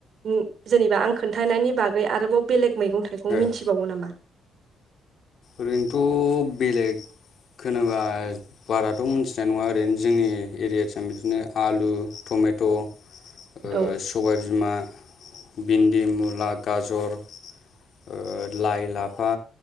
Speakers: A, on the right (about 60°); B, on the left (about 60°).
A: उम जेनेबा आं खोन्थनि बागै आरोबाव बेलेग मैगं थाइगं मिथिबावो
B: ओ
A: नामा।
B: ओरैनोथ'। बेलेग खोनोबा बाराथ' मिथिनाय नङा ओरैनो जोंनि। एरियाथिं बिदिनो आलु टमेट' ओ
A: औ
B: सबाय। बिमा भिन्दि मुला गाजर। ओ लाइ लाफा